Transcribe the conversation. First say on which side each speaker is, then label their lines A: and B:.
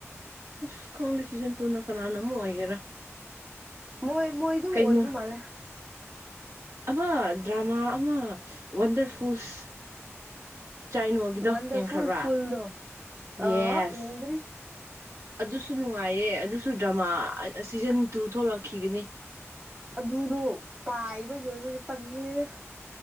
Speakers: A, on the right; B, on the right.
A: ꯑꯁ ꯈꯪꯗꯦ ꯁꯤꯖꯟ ꯇꯨꯅ ꯀꯅꯥꯅ ꯑꯃꯨꯛ ꯑꯣꯏꯒꯦꯔꯥ
B: ꯃꯣꯏ ꯃꯣꯏꯗꯨꯝ
A: ꯀꯩꯅꯣ
B: ꯑꯣꯏꯕ ꯃꯥꯜꯂꯦ
A: ꯑꯃ ꯗ꯭ꯔꯥꯃꯥ ꯑꯃ ꯋꯥꯟꯗꯔꯐꯨꯜꯁ ꯆꯥꯢꯅꯣꯜꯒꯤꯗꯣ
B: ꯋꯥꯟꯗꯔꯐꯨꯜ
A: ꯌꯦꯡꯈ꯭ꯔꯕ꯭ꯔꯥ
B: ꯐꯨꯜꯗꯣ ꯑ
A: ꯌꯦꯁ
B: ꯌꯦꯡꯗ꯭ꯔꯤ
A: ꯑꯗꯨꯁꯨ ꯅꯨꯡꯉꯥꯏꯌꯦ ꯑꯗꯨꯁꯨ ꯗ꯭ꯔꯃꯥ ꯁꯤꯖꯟ ꯇꯨ ꯊꯣꯛꯂꯛꯈꯤꯒꯅꯤ
B: ꯑꯗꯨꯗꯣ ꯄꯥꯏꯕꯒꯤ ꯑꯣꯏꯕꯒꯤ ꯇꯟꯕꯅꯦꯅꯦ